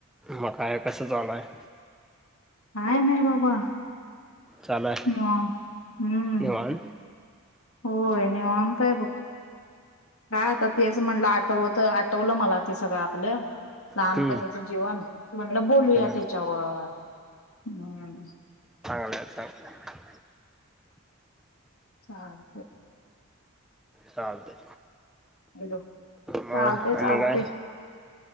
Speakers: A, in the centre; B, on the left.
A: म काय कसं चालु हाय
B: काय नाही बाबा
A: चालू आहे
B: निवांत हम.
A: निवांत
B: होय निवांत हाय बघ. काय आता तेच म्हणलं आठवत आठवलं मला ते सगळं आपलं. लहान
A: हम्म
B: पणीच जिवन म्हणलं बोलूया
A: हा
B: त्याच्यावर हम.
A: बरं चालतंय <inaudible>
B: चालतय.
A: चालतय
B: हॅलो
A: मग
B: चालतंय
A: आणि
B: चालतंय
A: काय?